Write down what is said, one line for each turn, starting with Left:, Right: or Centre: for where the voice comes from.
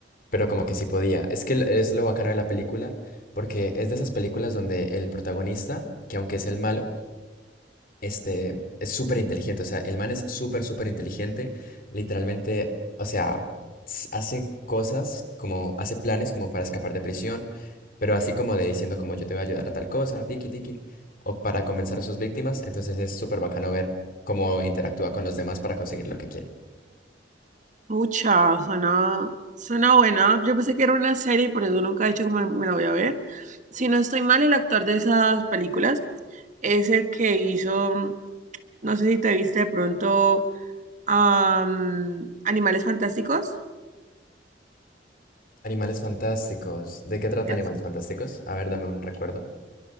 Left: pero como que sí podía. Es que es lo bacano de la película, porque es de esas películas donde el protagonista, que aunque es el malo, este es súper inteligente, o sea, el man es súper, súper inteligente, literalmente, o sea, s- hace cosas como, hace planes como para escapar de prisión, pero así como de diciendo como yo te voy a ayudar a tal cosa, tiki tiki, o para convencer a sus víctimas, entonces es súper bacano ver cómo interactúa con los demás para conseguir lo que quiere.
Right: Mucha, suena, suena buena. Yo pensé que era una serie y por eso nunca he dicho que me, me la voy a ver. Si no estoy mal, el actor de esas películas es el que hizo, mm, no sé si te viste de pronto, am, Animales Fantásticos.
Left: Animales Fantásticos, ¿de qué trata
Right: Es,
Left: Animales Fantásticos? A ver, dame un recuerdo.